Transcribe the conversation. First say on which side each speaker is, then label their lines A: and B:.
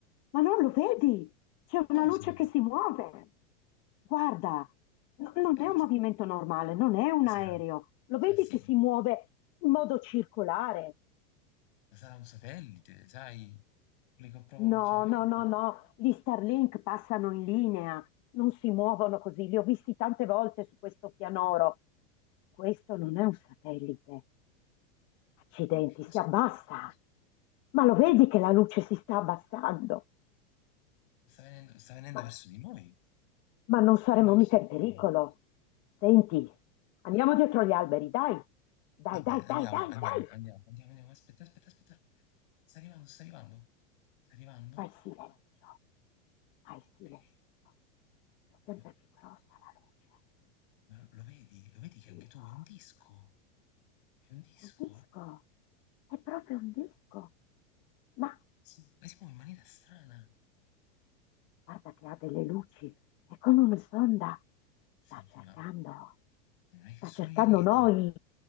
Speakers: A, on the left (about 40°); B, on the left (about 60°).
A: ma non lo vedi? C'è
B: Cosa?
A: una luce che si muove. Guarda, no- non
B: Eh,
A: è
B: ma,
A: un movimento normale, non è un
B: sarà,
A: aereo. Lo vedi
B: ma sì,
A: che si muove in modo circolare?
B: ma sarà un satellite, sai? Quelli che provano
A: No,
B: ultimamente.
A: no, no, no, gli Starlink passano in linea, non si muovono così, li ho visti tante volte su questo pianoro. Questo non è un satellite. Accidenti,
B: Che cos'è?
A: si abbassa. Ma lo vedi che la luce si sta abbassando?
B: Sta venendo, sta venendo
A: Ma,
B: verso di noi.
A: ma non
B: Sale
A: saremo
B: dal
A: mica
B: Signore.
A: in pericolo. Senti, andiamo dietro gli alberi, dai. Dai,
B: Va bene,
A: dai,
B: andiamo,
A: dai, dai,
B: andiamo,
A: dai.
B: andiamo, andiamo, andiamo. Aspetta, aspetta, aspetta. Sta arrivando, sta arrivando, sta arrivando.
A: Fai silenzio, fai silenzio.
B: Eh,
A: È sempre
B: Lo,
A: più grossa la luce.
B: ma lo vedi? Lo vedi che anche
A: Oddio.
B: tu è un disco? È un disco?
A: È un disco, è proprio un disco. Ma
B: Si, ma si muove in maniera strana.
A: guarda che ha delle luci, è come una sonda.
B: Senti,
A: Sta cercando,
B: ma non è che
A: sta
B: sono
A: cercando
B: gli alieni?
A: noi,